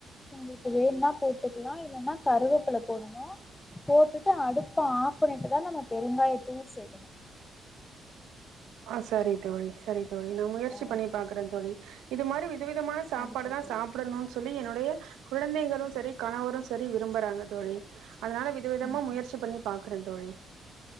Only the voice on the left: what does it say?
உங்ளுக்கு வேண்னா போட்டுக்கலா இல்லன்னா கருவேப்புல போடணு அடுத்து அடுப்ப ஆப் பண்ணிட்டு தா நம்ம பெருங்காய தூள் சேக்கணு
ஆ
கண்டிப்பா
தோழி
ம்
ம்